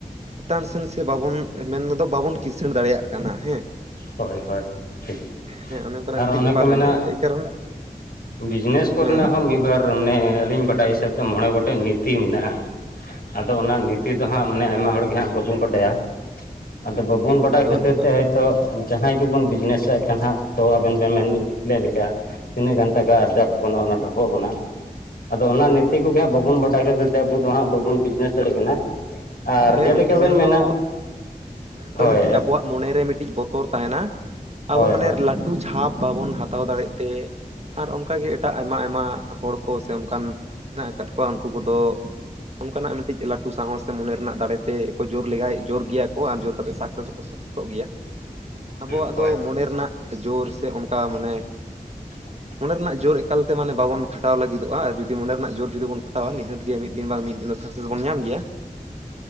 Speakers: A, on the right; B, on the left.
A: ᱪᱮᱛᱟᱱ ᱥᱮᱱ ᱥᱮ ᱵᱟᱵᱚᱱ ᱢᱮᱱ ᱫᱚ ᱵᱟᱵᱚᱱ ᱠᱤᱥᱟᱹᱬ ᱫᱟᱲᱮᱭᱟᱜ ᱠᱟᱱᱟ ᱦᱮᱸ
B: ᱦᱳᱭ ᱦᱳᱭ ᱴᱷᱤᱠ
A: ᱦᱮᱸ ᱚᱱᱮ ᱚᱱᱠᱟᱱᱟᱜ
B: ᱟᱨ
A: ᱢᱤᱫᱴᱤᱡ
B: ᱚᱱᱮ
A: ᱵᱮᱯᱟᱨ
B: ᱠᱚ ᱢᱮᱱᱟᱼᱼ
A: ᱢᱮᱱᱟᱜᱼᱟ ᱮᱭ ᱠᱟᱨᱚᱱ
B: ᱵᱤᱡᱽᱱᱮᱥ ᱠᱚᱨᱮᱱᱟᱜ
A: ᱦᱮᱸ
B: ᱦᱚᱸ ᱢᱤᱫ ᱵᱟᱨ ᱼᱼ ᱢᱟᱱᱮ ᱟᱹᱞᱤᱧ ᱵᱟᱰᱟᱭ ᱦᱤᱥᱟᱹᱵ ᱛᱮ ᱢᱚᱬᱮ ᱜᱚᱴᱮᱱ ᱱᱤᱛᱤ ᱢᱮᱱᱟᱜᱼᱟ ᱾ ᱟᱫᱚ ᱚᱱᱟ ᱱᱤᱛᱤ ᱫᱚ ᱦᱟᱸᱜ ᱢᱟᱱᱮ ᱟᱭᱢᱟ ᱦᱚᱲᱜᱮ ᱦᱟᱸᱜ ᱵᱟᱵᱚᱱ ᱵᱟᱰᱟᱭᱟ ᱾ ᱟᱫᱚ
A: ᱦᱮᱸ ᱜᱚᱝᱠᱮ
B: ᱵᱟᱵᱚᱱ ᱵᱟᱰᱟᱭ
A: ᱫᱚ
B: ᱠᱷᱟᱹᱛᱤᱨ
A: ᱵᱟᱹᱱᱩᱜ ᱟᱠᱟᱜᱼᱟ
B: ᱛᱮ ᱦᱚᱭ ᱛᱚ ᱡᱟᱦᱟᱸᱭ ᱜᱮᱵᱚᱱ ᱵᱤᱡᱽᱱᱮᱥᱮᱫ ᱠᱟᱱ ᱦᱟᱸᱜ ᱛᱚ ᱟᱵᱮᱱ ᱵᱮᱱ ᱢᱮᱱ ᱼᱼ ᱞᱮ ᱞᱮᱠᱟ ᱛᱤᱱᱟᱹᱜ ᱜᱟᱱ ᱴᱟᱠᱟ ᱟᱨᱡᱟᱜ ᱚᱱᱟ ᱚᱱᱟ ᱰᱷᱚᱯᱚᱜ ᱠᱟᱱᱟ ᱟᱫᱚ ᱚᱱᱟ ᱱᱤᱛᱤ ᱠᱚᱜᱮ ᱦᱟᱸᱜ ᱵᱟᱵᱚᱱ ᱵᱟᱰᱟᱭ ᱠᱷᱟᱹᱛᱤᱨ ᱛᱮ ᱟᱵᱚ ᱫᱚ ᱦᱟᱸᱜ ᱵᱟᱵᱚᱱ ᱵᱤᱡᱽᱱᱮᱥᱼᱼ <unintelligible> ᱠᱟᱱᱟ ᱟᱨ
A: ᱦᱮᱸ
B: ᱡᱮᱞᱮᱠᱟ
A: ᱜᱚᱝᱠᱮ
B: ᱵᱮᱱ
A: ᱢᱮᱱᱫᱚ
B: ᱢᱮᱱᱟ
A: ᱢᱮᱱᱫᱚ
B: ᱦᱳᱭ
A: ᱢᱤᱫᱴᱤᱡ
B: ᱼᱼ
A: ᱟᱵᱚᱣᱟᱜ ᱢᱚᱱᱮᱨᱮ ᱢᱤᱫᱴᱤᱡ ᱵᱚᱛᱚᱨ ᱛᱟᱦᱮᱱᱟ ᱟᱵᱚ
B: ᱦᱳᱭ
A: ᱢᱟᱱᱮ
B: ᱦᱳᱭ
A: ᱞᱟᱹᱴᱩ ᱡᱷᱟᱯ ᱵᱟᱵᱚᱱ ᱦᱟᱛᱟᱣ ᱫᱟᱲᱮᱜ ᱛᱮ ᱟᱨ ᱚᱱᱠᱟᱜᱮ ᱮᱴᱟᱜ ᱟᱭᱢᱟ ᱟᱭᱢᱟ ᱦᱚᱲ ᱠᱚ ᱥᱮ ᱚᱱᱠᱟᱱ ᱢᱮᱱᱟᱜ ᱟᱠᱟᱫ ᱠᱚᱣᱟ ᱩᱱᱠᱩ ᱠᱚᱫᱚ ᱚᱱᱠᱟᱱᱟᱜ ᱢᱤᱫᱴᱤᱡ ᱞᱟᱹᱴᱩ ᱥᱟᱦᱚᱥ ᱥᱮ ᱢᱚᱱᱮ ᱨᱮᱱᱟᱜ ᱫᱟᱲᱮ ᱛᱮ ᱠᱚ ᱡᱳᱨ ᱞᱮᱜᱟᱭ ᱡᱳᱨ ᱜᱮᱭᱟ ᱠᱚ ᱟᱨ ᱡᱳᱨ ᱠᱟᱛᱮ ᱥᱟᱠᱥᱮᱥ ᱼᱼ ᱥᱟᱥᱚᱜ ᱜᱮᱭᱟ ᱢᱮᱱᱠᱷᱟᱱ
B: ᱦᱳᱭ
A: ᱟᱵᱚᱣᱟᱜ
B: ᱦᱳᱭ
A: ᱫᱚ ᱢᱚᱱᱮ ᱨᱮᱱᱟᱜ ᱡᱳᱨ ᱥᱮ ᱚᱱᱠᱟ ᱢᱟᱱᱮ ᱼᱼ
B: <inaudible>
A: ᱢᱚᱱᱮ ᱨᱮᱱᱟᱜ ᱡᱳᱨ ᱮᱠᱟᱞᱛᱮ ᱢᱚᱱᱮ ᱵᱟᱵᱚᱱ ᱠᱷᱟᱴᱟᱣ ᱞᱟᱹᱜᱤᱫᱼᱟ ᱟᱨ ᱡᱩᱫ ᱢᱚᱱᱮ ᱨᱮᱱᱟᱜ ᱡᱳ ᱡᱩᱫᱤ ᱵᱚᱱ ᱠᱷᱟᱣᱟ ᱱᱤᱦᱟᱹᱛ ᱜᱮ ᱢᱤᱫ ᱫᱤᱱ ᱵᱟᱝ ᱢᱤᱫ ᱫᱤᱱ ᱼᱼ ᱥᱟᱠᱥᱮᱥ ᱵᱚᱱ ᱧᱟᱢ ᱜᱮᱭᱟ ᱾